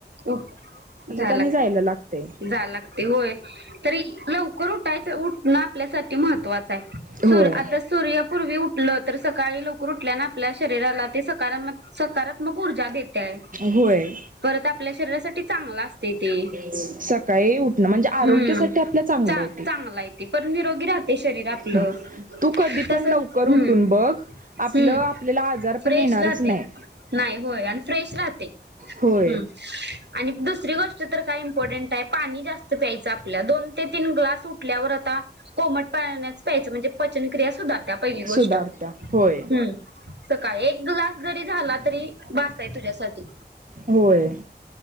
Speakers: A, on the right (about 75°); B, on the right (about 50°).
A: उ झाला
B: आणि जायला लागतंय
A: जाय लागतय होय. तरी लवकर उठायचं उठणं आपल्यासाठी महत्वाचं आहे.
B: होय.
A: सूर आता सूर्य पूर्वी उठलं तर सकाळी लवकर उठल्यान, आपल्या शरीराला ते सकारामक सकारात्मक ऊर्जा देतंय.
B: होय.
A: परत आपल्या शरीरासाठी चांगलं असतंय ते.
B: सकाळी उठणं म्हणजे आरोग्यासाठी
A: हम्म
B: आपल्या
A: चांगलं
B: आहे ते.
A: आहे ते. पर निरोगी राहतंय शरीर आपलं.
B: हा तू कधी
A: तसच
B: पण लवकर
A: हम्म
B: उठून बघ. आपलं
A: हम्म
B: आपल्याला आजार
A: फ्रेश
B: पण येणारच
A: राहतंय,
B: नाही
A: नाय, होय आणि फ्रेश राहतंय.
B: होय
A: हं आणि दुसरी गोष्ट तर काय इम्पॉर्टंट आहे. पाणी जास्त प्यायचं आपल्या दोन ते तीन ग्लास उठल्यावर, आता कोमट पाण्याच प्यायचं. म्हणजे पचनक्रिया सुधारते आप गोष्ट.
B: सुधारत्या होय
A: हम्म सकाळी एक ग्लास जरी झाला, तरी बास हाय तुझ्यासाठी.
B: होय.